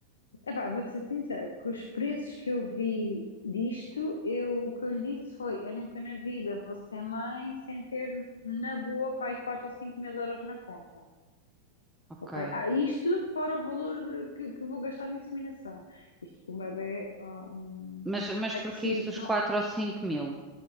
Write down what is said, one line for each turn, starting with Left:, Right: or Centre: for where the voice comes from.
Left: Epá, vou-te ser sincera, que os preços que eu vi disto, eu, o que eu lhe disse foi: eu nunca na vida vou ser mãe sem ter na boa, pai, 4 ou 5 mil euros na conta.
Centre: Ok.
Left: Ok. Ah, isto fora o valor eh, que, que vou gastar na inseminação. Isto para um bebê, hum,
Centre: Mas, mas
Left: é preciso.
Centre: porquê isso dos 4 ou 5 mil?